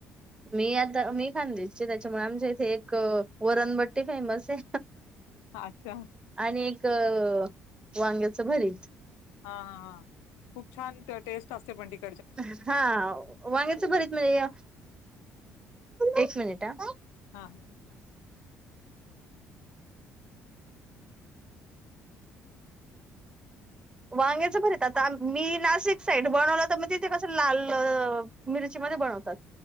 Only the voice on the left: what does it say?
अच्छा.
हा हा हा खूप छान ते टेस्ट असते पण तिक
हा हा